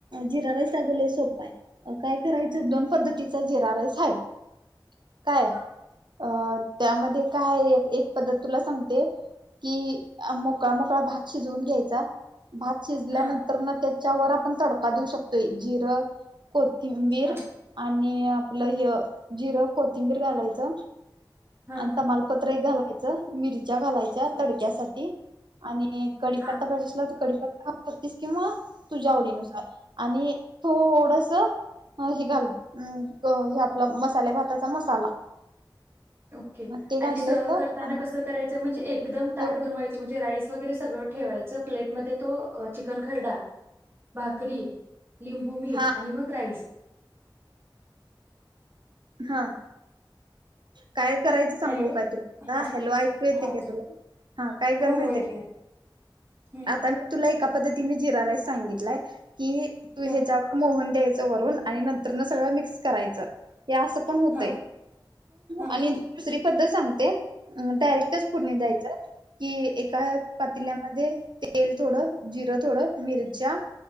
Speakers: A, on the right; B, on the right.
A: जिरा राईस अगवले सोपा आहे काय करायचं दोन पद्धतीचा जिरा राईस ह आहे <inaudible> काय
B: हा
A: अ त्यामध्ये काय एक पद्धत तुला सांगते कि मोकळा मोकळा भात शिजवून घ्यायचा भात शिजल्यानंतर
B: हा
A: त्याच्यावर आपण तडका देऊ शकतोय जिरं कोथिंबीर
B: हा
A: आणि आपलं
B: हा
A: ह जिरं कोथिंबीर घालायचं
B: हा
A: आणि तम्हाला पत्र एक घालायचं मिरच्या घालायच्या
B: ओके
A: तडक्यासाठी आणि कडीपत्ता
B: हां
A: पाहिजेला त कडीपता तीस किंवा तुझ्या आवडीनुसार आणि थोडस ह हे घाल हे आपलं मसाले भाताचा मसाला
B: ओके
A: ते घातले
B: आणि सर्व
A: तर
B: करताना
A: आणि
B: कसं करायचं म्हणजे एकदम ताट
A: हा
B: बनवायच म्हणजे रास वगैरे सगळं ठेवायचं प्लेटमध्ये तो चिकन खरडा भाकरी लिंबू मीठ
A: हा
B: आणि मग राईस
A: हा काय करायचं सांगू
B: हॅलो
A: का तुला
B: हा
A: हॅलो ऐकू येते
B: हा
A: काय तुला हा काय गरमहेत
B: हो हो येते हा
A: आता मी तुला एका पद्धतीने जिरा राईस सांगितलाय की तू
B: हा
A: ह्याच्यावर मोहन द्याय. वून आणि नंतर न सगळं मिक्स करायचं हे असं पण होत
B: हा हा
A: आणि.. दुसरी पद्धल सांगते डायरेक्टच पुढ द्यायच की एका पाटील मध्ये तेल थोडं जिरं थोडं मिरच्या..